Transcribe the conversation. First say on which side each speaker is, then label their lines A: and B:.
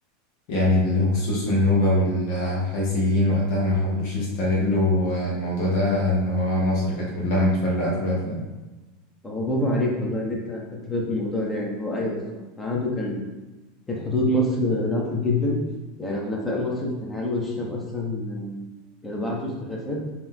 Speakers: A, on the left; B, on the left.
A: يعني الهكسوس والنوبة والحيثيين وقتها ما حاولوش يستغلوا الموضوع ده إن هو مصر كانت كلها متفرقة في الوقت ده
B: هو برافو عليك والله اللي أنت خدت بالك من الموضوع ده يعني هو أيوه الصح في عهده كان كانت حدود مصر ضعفت جدا يعني حلفاء مصر في كنعان والشام أصلا آه، كانوا بعتوا استغاثات